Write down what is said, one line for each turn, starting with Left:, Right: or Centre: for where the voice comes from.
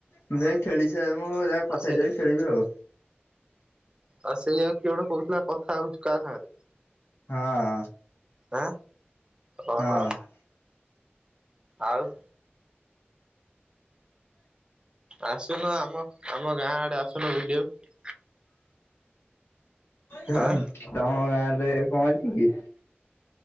Left: ମୁଁ ଯାଇ ଖେଳିସାରେ ମୁଁ କଥା
Right: ଆ ସେ
Left: ହେଇଯାର ଖେଳିବି ଆଉ
Right: ଆଉ ସେଇଆାଉ କିଏ ଗୋଟେ କହୁଥିଲା କଥା ହଉଛିୁ କାହା ସା ରେ
Left: ହଁ।
Right: ହ ଓ
Left: ହଁ
Right: ହୋ ଆଉ। ଆସୁନୁ ଆମ ଆମ ଗାଁ ଆଡେ ଆସୁନୁ ବୁଲିବାକୁ।
Left: <unintelligible>
Right: ଆଁ
Left: ତମ ଗାଁରେ ପହଚିବି।